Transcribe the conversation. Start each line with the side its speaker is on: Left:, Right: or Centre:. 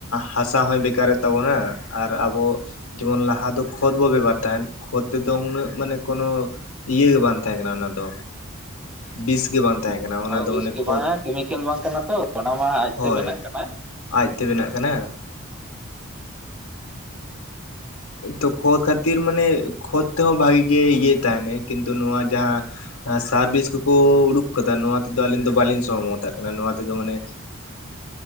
Left: ᱦᱟᱥᱟ ᱦᱚᱭ ᱵᱮᱠᱟᱨᱮᱫ ᱛᱟᱵᱚᱱᱟ ᱟᱨ ᱟᱵᱚ ᱡᱮᱢᱚᱱ ᱞᱟᱦᱟ ᱫᱚ ᱠᱷᱚᱛ ᱵᱚ ᱵᱮᱵᱟᱨ ᱛᱟᱦᱮᱱ ᱠᱷᱚᱛ ᱛᱮᱫᱚ ᱩᱱᱟᱹᱜ ᱢᱟᱱᱮ ᱠᱚᱱᱚ ᱤᱭᱟᱹ ᱜᱮ ᱵᱟᱝ ᱛᱟᱦᱮᱸ ᱠᱟᱱᱟ ᱚᱱᱟ ᱫᱚ ᱵᱤᱥ ᱜᱮ ᱵᱟᱝ ᱛᱟᱦᱮᱸ ᱠᱟᱱᱟ ᱚᱱᱟ
Centre: ᱟᱫᱚ
Left: ᱫᱚ
Centre: ᱵᱮᱥ
Left: ᱢᱟᱱᱮ
Centre: ᱜᱮ
Left: ᱠᱷᱚᱛ
Centre: ᱵᱟᱝ ᱠᱮᱢᱤᱠᱮᱞ ᱵᱟᱝ ᱠᱟᱱᱟ ᱛᱚ ᱚᱱᱟ ᱢᱟ ᱟᱡᱛᱮ
Left: ᱦᱳᱭ
Centre: ᱵᱮᱱᱟᱜ ᱠᱟᱱᱟ
Left: ᱟᱡᱛᱮ ᱵᱮᱱᱟᱜ ᱠᱟᱱᱟ ᱛᱚ ᱠᱷᱚᱛ ᱠᱷᱟᱹᱛᱤᱨ ᱢᱟᱱᱮ ᱠᱷᱚᱛ ᱛᱮᱦᱚᱸ ᱵᱷᱟᱜᱤ ᱜᱮ ᱤᱭᱟᱹᱭ ᱛᱟᱦᱮᱱᱟ ᱠᱤᱱᱛᱩ ᱱᱚᱣᱟ ᱡᱟᱦᱟᱸ ᱥᱟᱨᱵᱷᱤᱥ ᱠᱚᱠᱚ ᱩᱰᱩᱠ ᱠᱟᱫᱟ ᱱᱚᱣᱟ ᱛᱮᱫᱚ ᱟᱹᱞᱤᱧ ᱫᱚ ᱵᱟᱹᱞᱤᱧ ᱥᱚᱦᱚᱢᱚᱛᱟᱜ ᱠᱟᱱᱟ ᱱᱚᱣᱟ ᱛᱮᱫᱚ ᱢᱟᱱᱮ